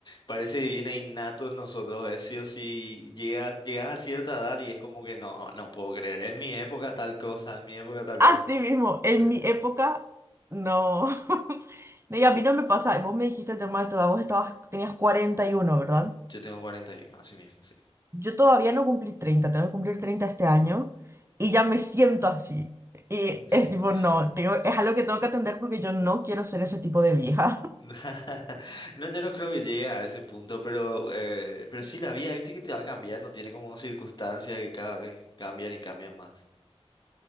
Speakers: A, on the left; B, on the right.
A: Parece que viene innato en nosotros. Es sí o sí. Llegas, llegas a cierta edad y es como que no, no puedo creer. En mi época tal cosa, en mi época tal
B: Así
A: cosa.
B: mismo, en
A: Sí.
B: mi época, no. <laughs> No, Y a mí no me pasa, vos me dijiste el tema de toda, vos estabas, tenías cuarenta y uno ¿verdad?
A: Yo tengo 41, así mismo, sí.
B: Yo todavía no cumplí treinta tengo que cumplir 30 este año y ya me siento así. Y
A: Sí.
B: es tipo,
A: <laughs>
B: no, tengo, es algo que tengo que atender porque yo no quiero ser ese tipo de vieja. <laughs>
A: <laughs> No, yo no creo que llegue a ese punto, pero, eh, pero sí la vida, viste que te va cambiando, tiene como circunstancias que cada vez cambian y cambian más.